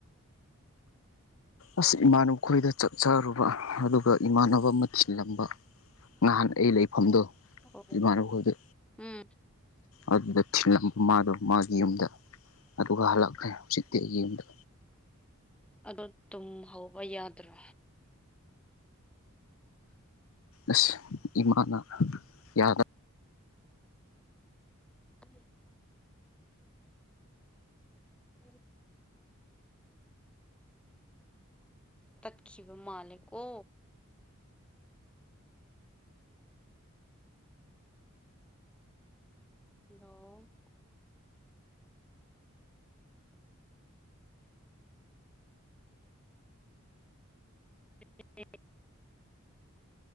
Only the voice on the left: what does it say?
ꯑꯁ ꯏꯃꯥꯟꯅꯕ ꯈꯣꯏꯗ ꯆꯥꯛ ꯆꯔꯨꯕ ꯑꯗꯨꯒ ꯏꯃꯥꯟꯅꯕ ꯑꯃꯥ ꯊꯤꯜꯂꯝꯕ ꯉꯍꯥꯟ ꯑꯩ ꯂꯩꯐꯝꯗꯣ
ꯏꯃꯥꯟꯅꯕ ꯈꯣꯏꯗ
ꯑꯗꯣ ꯊꯤꯜꯂꯝ ꯃꯥꯗꯣ ꯃꯥꯒꯤ ꯌꯨꯝꯗ ꯑꯗꯨꯒ ꯍꯜꯂꯛꯈ꯭ꯔꯦ ꯍꯧꯖꯤꯛꯇꯤ ꯑꯩꯒꯤ ꯌꯨꯝꯗ
ꯑꯁ ꯏꯃꯥꯅ ꯌꯥꯗ